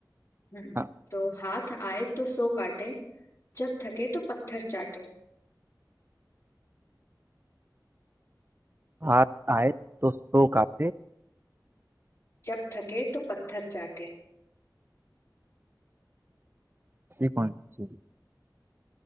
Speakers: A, on the left; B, on the right.
A: हम्म
B: हाँ
A: तो हाथ आए तो सो काटे जब थके तो पत्थर चाटे
B: हाथ आए तो सो काटे
A: जब थके तो पत्थर चाटे
B: ऐसी कौन सी चीज